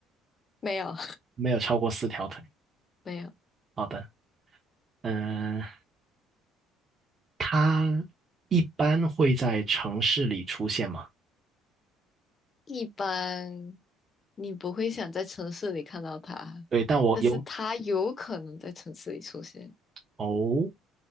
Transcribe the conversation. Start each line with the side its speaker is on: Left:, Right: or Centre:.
Left: 没有，
Right: 没有超过四条腿。
Left: <laughs> 没有，
Right: 好的，嗯、它一般会在城市里出现吗？
Left: 一般你不会想在城市里看到它，
Right: 对，但我有，
Left: 但是它有可能在城市里出现。
Right: 哦，